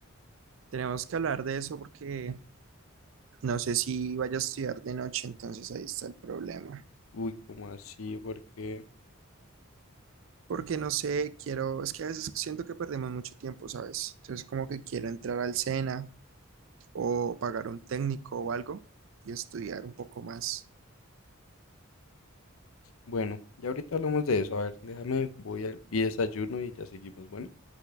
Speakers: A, on the right; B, on the left.
A: Tenemos que hablar de eso porque No sé si vaya a estudiar de noche, entonces ahí está el problema.
B: Uy, ¿cómo así? Porque,
A: Porque no sé, quiero, es que a veces siento que perdemos mucho tiempo, ¿sabes? Entonces como que quiero entrar al SENA o pagar un técnico o algo y estudiar un poco más.
B: bueno, ya ahorita hablamos de eso. A ver, déjame, voy al- y desayuno y ya seguimos. Bueno,